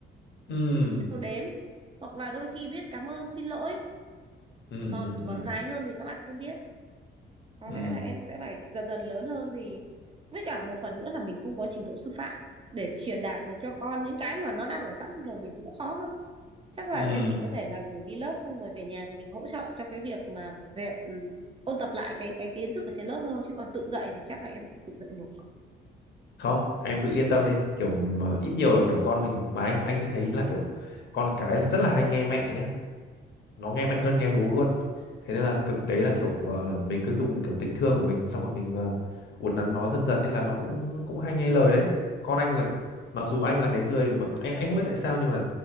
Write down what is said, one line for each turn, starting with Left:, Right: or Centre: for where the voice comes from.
Left: ừ
Right: biết số đếm hoặc là đôi khi biết cảm ơn xin lỗi
Left: ừ
Right: còn
Left: ừ ừ
Right: còn dài hơn thì các bạn không biết có
Left: ừ
Right: lẽ là em sẽ phải dần dần lớn hơn thì với cả một phần nữa là mình không có trình độ sư phạm để truyền đạt được cho con những cái mà nó đang ở sẵn trong đầu mình cũng khó cơ chắc là
Left: ừ.
Right: em chỉ có thể là gửi đi lớp xong rồi về nhà thì mình hỗ trợ cho cái việc mà dạy, ừ, ôn tập lại cái cái kiến thức ở trên lớp thôi chứ còn tự dạy thì chắc là em không tự dạy nổi
Left: không em cứ yên tâm đi kiểu mà ít nhiều là kiểu con mình mà anh anh thấy là kiểu con cái là rất là hay nghe mẹ nhá nó nghe mẹ hơn nghe bố luôn thế nên là thực tế là kiểu ờ, mình cứ dùng kiểu tình thương của mình xong rồi mình ờ, uốn nắn nó dần dần nên là nó cũng cũng hay nghe lời đấy con anh là mặc dù anh là cái người mà anh anh không biết tại sao nhưng mà